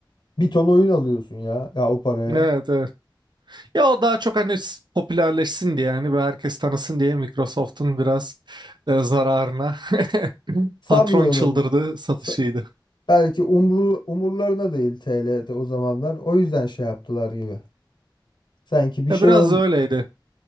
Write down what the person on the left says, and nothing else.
bir ton oyun alıyorsun ya ya o paraya.
Sanmıyorum.
Sa- belki umru, umurlarına değil TL'de o zamanlar. O yüzden şey yaptılar gibi. Sanki bir
şey
ol.